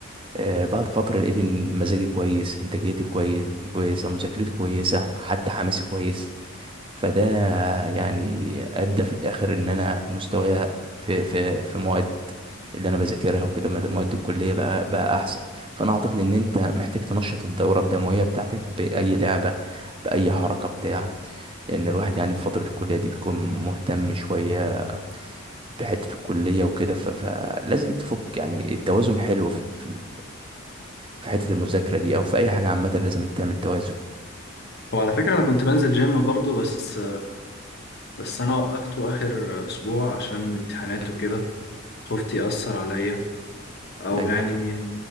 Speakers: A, on the right; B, on the left.
A: آه، بعد فترة لقيت إن مزاجي كويس إنتاجيتي كويس كويسة مذاكرتي كويسة حتى حماسي كويس فده يعني أدى في الآخر إن أنا مستوايا في في في مواد اللي أنا بذاكرها وكده مد- مواد الكلية بقى بقى أحسن فأنا أعتقد إن أنت محتاج تنشط الدورة الدموية بتاعتك بأي لعبة بأي حركة بتاع لأن الواحد يعني في فترة الكلية دي بيكون مهتم شوية بحتة الكلية وكده ف- فلازم تفك يعني التوازن حلو في في حتة المذاكرة دي أو في أي حاجة عامة لازم أنت تعمل توازن
B: وعلى فكرة انا كنت بنزل جيم برضو بس بس انا وقفته اخر اسبوع عشان الامتحانات وكده خفت يأثر عليا او
A: أيوه
B: يعني